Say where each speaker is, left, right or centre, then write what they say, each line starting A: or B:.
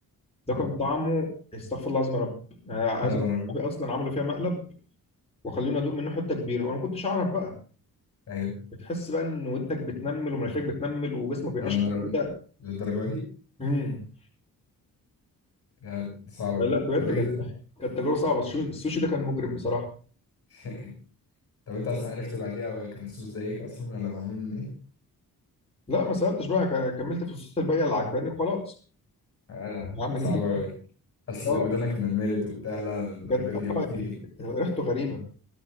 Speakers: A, on the left; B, on the left.
A: ده
B: اه
A: كان طعمه استغفر الله العظيم يا رب أنا عايز
B: يا
A: أقول
B: نهار أبيض
A: لك اصلا عملوا فيها مقلب وخلونا ادوق منه حته كبيره وانا ما كنتش اعرف بقى
B: أيوه
A: بتحس بقى ان ودنك بتنمل ومناخيرك بتنمل وجسمك بيقشعر
B: يا نهار أبيض
A: كده
B: للدرجة دي
A: امم
B: لا صعب أوي
A: لا لا، بجد
B: طب إيه
A: كان
B: ده؟
A: كانت تجربه صعبه الشو- السوشي ده كان مجرم بصراحه
B: <laughs> طب أنت أصلا عرفت بعديها كان السوس ده إيه أصلا ولا معمول من إيه؟
A: لا ما سالتش بقى ك- كملت في الصوصات الباقيه اللي عجباني وخلاص
B: لا
A: هعمل
B: ده صعب
A: ايه
B: أوي أصل
A: اه
B: ودانك نملت وبتاع لا الدرجة
A: بجد
B: دي هو
A: آه،
B: في إيه؟
A: ريحته غريبه